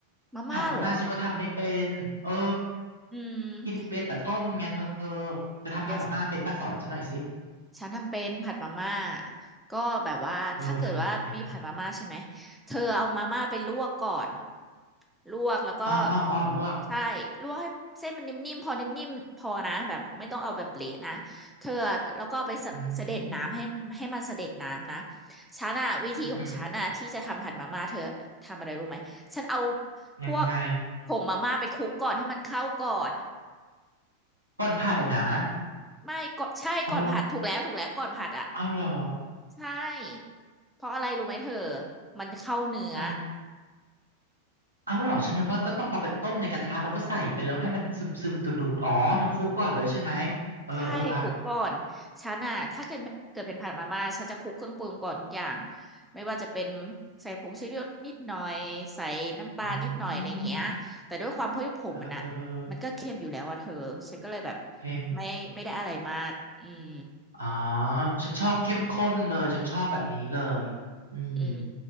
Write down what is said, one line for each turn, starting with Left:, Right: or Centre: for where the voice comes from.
Centre: มาม่าเหรอ
Right: ผัดมาม่าฉันก็ทำไม่เป็นเออ
Centre: อืม
Right: กินเป็นแต่ต้มไงเธอเธอทำผัดมาม่าเป็นป้าสอนฉันหน่อยสิ
Centre: เดี๋ยว ฉันทำเป็นผัดมาม่าก็แบบว่าถ้าเกิดว่ามีผัดมาม่าใช่ไหม
Right: เออทำยังไงมั่ง
Centre: เธอเอามาม่าไปลวกก่อนลวกแล้วก็
Right: อ้ออ้ออ้อลวก
Centre: ใช่ลวกให้เส้นมันนิ่มๆพอนิ่มๆพอนะแบบไม่ต้องเอาแบบเละนะเธอแล้วก็ไปสะเสด็จน้ำให้ให้มันเสด็จน้ำนะ
Right: อืม
Centre: ฉันอะวิธีของฉันอะที่จะทำผัดมาม่าเธอทำอะไรรู้ไหมฉันเอา
Right: อือหือยังไง
Centre: พวกผงมาม่าไปคลุกก่อนให้มันเข้าก่อน
Right: ก่อนผัดอ่ะนะ
Centre: ไม่ก็ใช่ก่อนผัดถูกแล้วถูกแล้วก่อนผัดอะ
Right: เออเอาเหรอ
Centre: ใช่ เพราะอะไรรู้ไหมเธอ มันเข้าเนื้อ
Right: ทำเอาเหรอฉันนึกว่าก็ต้องเอาไปต้มในกระทะแล้วก็ใส่ไปแล้วให้มันซึมซึมดูดดูดอ๋อเธอคลุกก่อนเลยใช่ไหมเออเอออ่ะ
Centre: ใช่คลุกก่อน ฉันอ่ะถ้าเกิดเกิดเป็นผัดมาม่าฉันจะคลุกเครื่องปรุงก่อนทุกอย่างไม่ว่าจะเป็นใส่ผงชูรสนิดหน่อยใส่น้ำปลานิดหน่อยอะไรเงี้ยแต่ด้วยความที่ผมมันอ่ะมันก็เค็มอยู่แล้วอะเธอฉันก็เลยแบบ
Right: อืมเออเออเออเข้ม
Centre: ไม่ไม่ได้อะไรมากอืม
Right: อ๋อ
Centre: อืม
Right: ฉันชอบเข้มข้นเลยฉันชอบแบบนี้เลยอืม
Centre: อืม